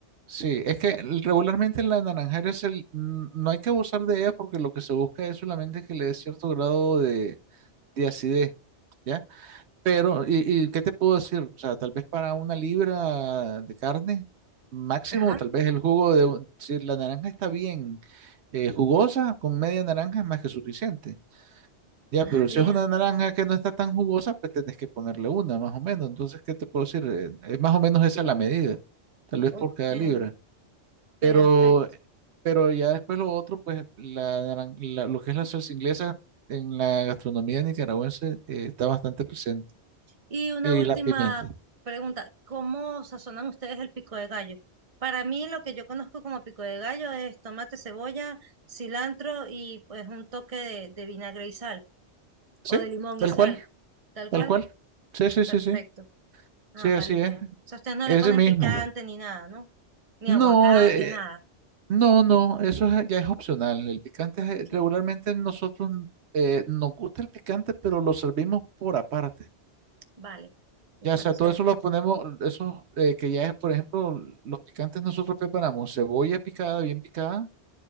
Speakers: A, on the right; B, on the right.
A: sí, es que regularmente la naranjera es el, n- no hay que abusar de ella porque lo que se busca es solamente que le dé cierto grado de, de acidez, ¿ya? Pero, y, y qué te puedo decir? O sea, tal vez para una libra de carne máximo,
B: Ajá.
A: tal vez el jugo de, un- si la naranja está bien eh, jugosa, con media naranja es más que suficiente. Ya,
B: Ah,
A: pero
B: bien.
A: si es una naranja que no está tan jugosa, pues tenés que ponerle una, más o menos. Entonces, ¿qué te puedo decir? Eh, Es más o menos esa la medida, tal vez
B: Ok,
A: por cada libra.
B: perfecto.
A: Pero, pero ya después lo otro, pues la, naran- la- lo que es la salsa inglesa en la gastronomía nicaragüense eh, está bastante presente.
B: Y una
A: Y
B: última
A: la pimienta.
B: pregunta, ¿cómo sazonan ustedes el pico de gallo? Para mí lo que yo conozco como pico de gallo es tomate, cebolla, cilantro y pues un toque de, de vinagre y sal
A: Sí,
B: o de limón
A: tal
B: y sal.
A: cual,
B: Tal
A: tal
B: cual,
A: cual. Sí, sí,
B: perfecto.
A: sí, sí.
B: Ah,
A: Sí, así
B: vale, bien.
A: es.
B: O sea, ustedes no
A: Ese
B: le ponen
A: mismo.
B: picante ni nada, ¿no? Ni
A: No,
B: aguacate,
A: eh,
B: nada.
A: no, no, eso es- ya es opcional. El picante
B: Ok,
A: es- eh, regularmente nosotros eh, nos gusta el picante, pero lo servimos por aparte.
B: vale. Me
A: Ya,
B: parece.
A: o sea, todo eso lo ponemos, eso eh, que ya es, por ejemplo, los picantes nosotros preparamos cebolla picada, bien picada,